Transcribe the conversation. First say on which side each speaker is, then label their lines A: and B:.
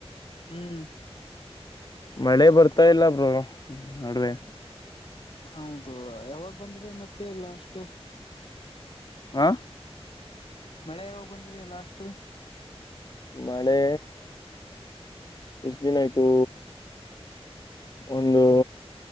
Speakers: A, on the left (about 60°); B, on the left (about 40°).
A: ಹ್ಮ್
B: ಮಳೆ ಬರ್ತಾ ಇಲ್ಲ ಬ್ರೋ ನಡುವೆ
A: ಹೌದು ಯಾವಾಗ ಬಂದಿದೆ ಮತ್ತೆಲ್ಲ ಅಷ್ಟು
B: ಹ
A: ಮಳೆ ಯಾವಾಗ ಬಂದಿದೆೆಯ ಲಾಸ್ಟ್
B: ಮಳೆ ಎಷ್ಟ ದಿನ ಆಯ್ತು ಒಂದು